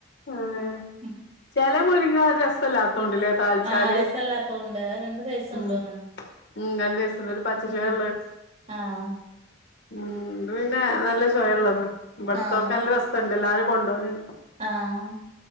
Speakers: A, on the left; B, on the right.
A: ഏഹ്
B: ഉം
A: ചെല മുരിങ്ങ രസല്ലാത്തോണ്ട്ല്ലേ താളിച്ചാല്.
B: ആഹ് രസല്ലാത്തോണ്ട് അത് രണ്ട് സൈസ്
A: ഉം.
B: ഉണ്ടോന്നാണ്
A: ഉം രണ്ടീസത്തിന് ഒരു പച്ചച്ചൊയള്ള
B: ഉം ആഹ്
A: ഉം പിന്നെ നല്ല ഇള്ളത് ഇവിട്ത്തൊക്കെ
B: ആഹ്
A: നല്ല രസണ്ട് എല്ലാരും കൊണ്ടോവല്
B: ആഹ്